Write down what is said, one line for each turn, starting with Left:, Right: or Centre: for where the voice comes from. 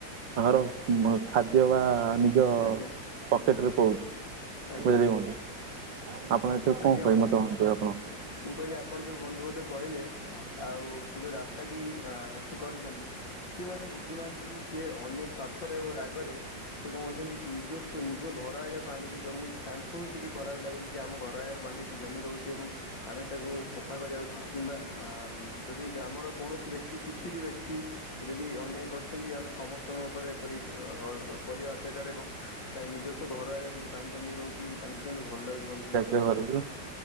Right: ତାଙ୍କର ବୁ ଖାଦ୍ୟ ବା। ଆଁ ନିଜ
Left: ଆଜ୍ଞା
Right: ପକେଟରେ ପଳଉଛି
Left: ଆଜ୍ଞା
Right: ବୁଝିଲେ କି ବନ୍ଧୁ। ଆପଣ ଏଠି କଣ
Left: ଆଜ୍ଞା
Right: କହିବେ
Left: ବନ୍ଧୁ
Right: ମତେ କୁହନ୍ତୁ ଆପଣ?
Left: ମୁଁ କହିଲି ଆପଣ ଯୋଉ ବନ୍ଧୁ ମତେ କହିଲେ ଆଉ ସେ ଯୋଉ ରାସ୍ତାଟି ଆ ସେ କରିଚନ୍ତି। ସେମାନେ ବୁଝୁନାହାନ୍ତି କି ସିଏ ଅନ୍ୟ ସ୍ୱାର୍ଥରେ ଓ ରାଗରେ। ସେ କଣ କରିଛନ୍ତି ନିଜ ସ ନିଜ ଘର ଆଗରେ ପାଣିଟି ଜମୁଛି ତାଙ୍କୁ ବି ଟିକେ ଖରାପ ଲାଗୁନି କି ଆମ ଘ ପ୍ରାୟାର ପାଣିଟି ଜମି ରହୁଛି ଏବଂ। ଆମେ ତାକୁ ସଫା କରିବା ଉଚିତ କିମ୍ବା ଆ ମ ଯଦି ଗ୍ରାମର କୌଣସି ବ୍ୟକ୍ତି କିଛି ଟି ବ୍ୟକ୍ତି। ସେ ଯଦି ଅନ୍ୟାୟ କରୁଛନ୍ତି ଆମେ ସମସ୍ତଙ୍କ ଉପରେ ଏପରି ଅ କରିବା ଅତ୍ୟାଚାର ଏବଂ। ତା ନିଜସ୍ଵ ଘର ଆଗରେ ଯଦି ପାଣି ଜମି ରହୁଛି ତାଙ୍କୁ କେମିତି ଭଲ ଲାଗୁଛି ବନ୍ଧୁ?
Right: ସେ ଘରକୁ।